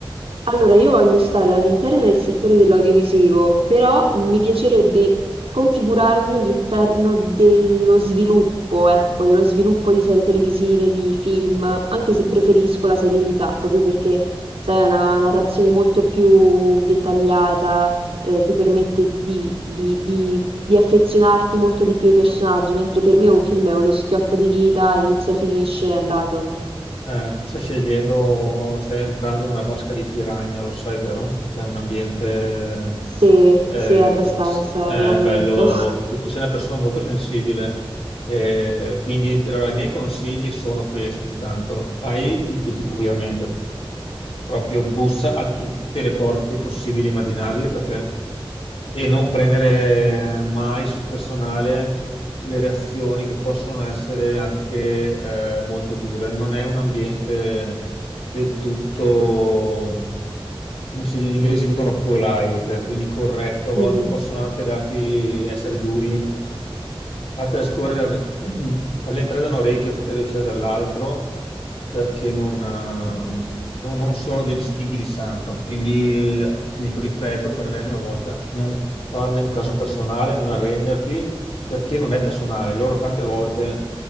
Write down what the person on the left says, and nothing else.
Ok.
Eh, tu stai scegliendo, stai entrando in una vasca di piranha, lo sai, vero? È un ambiente
eh,
s- eh,
bello,
perché tu sei una persona molto sensibile. Eh, quindi, allora, i miei consigli sono questi, intanto. Fai i- tutti, ovviamente, proprio bussa a tutte le porte possibili e immaginabili, perché... e non prendere mai sul personale le reazioni che possono essere anche eh, molto dure. Non è un ambiente del tutto, come se gli inglesi dicono polite, quindi corretto. A volte
possono anche darti, essere duri Fatele scorrere, <clears throat> farle entrare da un orecchio, fatele uscire dall'altro, perché non, eh, non- non sono degli stinchi di santo. Quindi, eh, ti dico, ripeto, per l'ennesima volta, non farne un caso personale, non arrenderti, perché non è personale. Loro tante volte